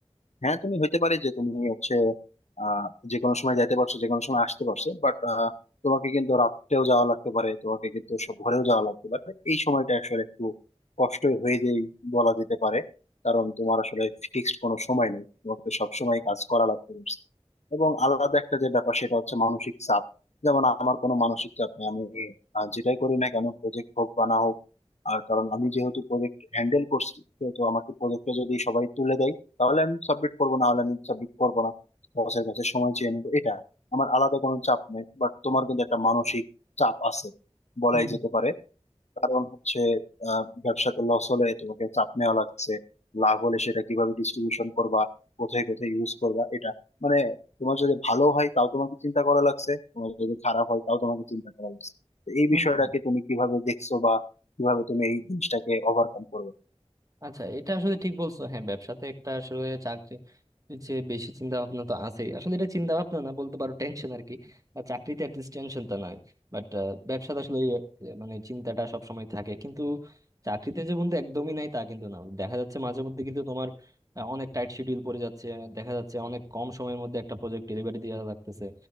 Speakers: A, on the left; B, on the right.
A: হ্যাঁ তুমি হইতে পারে যে তুমি হচ্ছে আহ যে কোনো সময় যাইতে পারছো যে কোনো সময় আসতে পারছো বাট তোমাকে কিন্তু রাত্রেও যাওয়া লাগতে পারে তোমাকে কিন্তু সব ভোরেও যাওয়া লাগতে পারে এই সময়টা আসলে একটু কষ্টই হয়ে যেই বলা যেতে পারে কারণ তোমার আসলে ফিক্সড কোনো সময় নেই তোমাকে সব সময় কাজ করা লাগতে পারছে এবং আলাদা একটা যে ব্যাপার সেটা হচ্ছে মানসিক চাপ যেমন আমার কোনো মানসিক চাপ নেই আমি আহ, যেটাই করি না কেন প্রজেক্ট হোক বা না হোক আর কারণ আমি যেহেতু প্রজেক্ট হ্যান্ডেল করছি তো আমাকে প্রজেক্টটা যদি সবাই তুলে দেয় তাহলে আমি সাবমিট করবো না হলে আমি সাবমিট করবো না বসের কাছে সময় চেয়ে নেবো এটা আমার আলাদা কোনো চাপ নেই বাট তোমার কিন্তু একটা মানসিক চাপ আছে বলাই
B: হুম
A: যেতে পারে কারণ হচ্ছে আহ, ব্যবসাতে লস হলে তোমাকে চাপ নেওয়া লাগছে লাভ হলে সেটা কিভাবে ডিস্ট্রিবিউশন করবা কোথায় কোথায় ইউজ করবা এটা মানে তোমার যদি ভালো হয় তাও তোমাকে চিন্তা করা লাগছে তোমার যদি খারাপ হয় তাও তোমাকে চিন্তা করা লাগছে তো এই
B: হুম
A: বিষয়টাকে
B: হুম।
A: তুমি কিভাবে দেখছো বা কিভাবে তুমি এই জিনিসটাকে ওভারকাম করবে
B: আচ্ছা এটা আসলে ঠিক বলছো হ্যাঁ ব্যবসাতে একটা আসলে চাকরি যে বেশি চিন্তা ভাবনা তো আছেই আসলে এটা চিন্তা ভাবনা না বলতে পারো টেনশন আর কি আর চাকরিতে অ্যাটলিস্ট টেনশনটা নাই বাট ব্যবসাতে আসলে এই, আহ, মানে চিন্তাটা সব সময় থাকে কিন্তু চাকরিতে যে বন্ধু একদমই নাই তা কিন্তু না দেখা যাচ্ছে মাঝে মধ্যে কিন্তু তোমার আহ, অনেক টাইট শিডিউল পড়ে যাচ্ছে দেখা যাচ্ছে অনেক কম সময়ের মধ্যে একটা প্রজেক্ট ডেলিভারি দেওয়া লাগতেছে